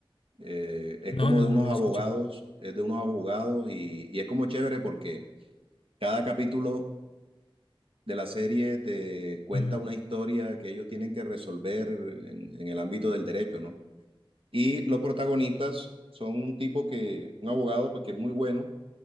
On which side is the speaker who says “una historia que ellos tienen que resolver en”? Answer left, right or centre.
Right